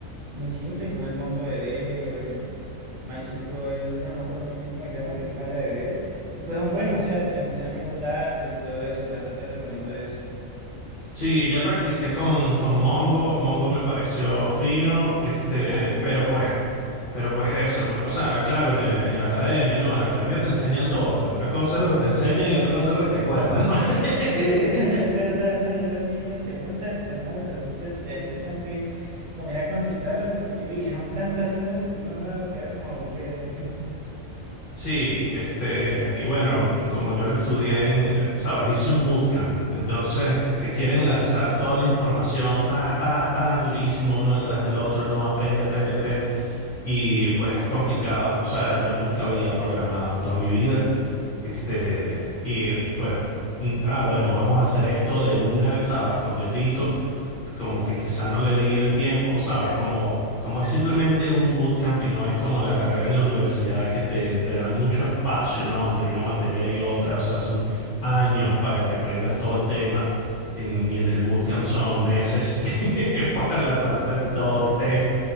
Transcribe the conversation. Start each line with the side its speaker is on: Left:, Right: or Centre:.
Right: muy simple, como es MongoDB o el MySQL, bueno, no me acuerdo muy bien cómo se llama, que es MariaDB. Y pues son buenos, o sea, te mencionan bien los datos y todo eso, la verdad te recomiendo eso.
Left: Sí, ya practiqué con, con Mongo, Mongo me pareció fino, este,
Right: Ajá.
Left: pero pues, pero pues eso, pues, o sea, claro, en, eh, en la academia, no, en la academia te enseñan todo, pero una cosa es lo que te enseñan y otra cosa es lo que te acuerdas, ¿no?
Right: Sí, <laughs> es
Left: <laughs>
Right: verdad, ¿no? Yo también me preguntan algunas cositas que a veces sí tengo que como ir a consultarlas porque, uy, son tantas cosas que uno no queda como aburrido. <laughs>
Left: Sí, este, y bueno, como yo lo estudié en, eh, sabes, hice un bootcamp, entonces te quieren lanzar toda la información, paz, paz, paz, durísimo, uno detrás del otro, no, aprende, aprende, aprende. Y pues es complicado, o sea, yo nunca había programado en toda mi vida, este, y fue, mm, ah, bueno, vamos a hacer esto de una, ¿sabes? Completico, como que quizá no le di el tiempo, o sabes, como, como es simplemente un bootcamp y no es como en la carrera en la universidad que te, te dan mucho espacio, ¿no? Entre una materia y otra, o sea, son años para que aprendas todo el tema, en- y en el bootcamp son meses <laughs> para lanzarte
Right: Sí,
Left: el- todo el tema.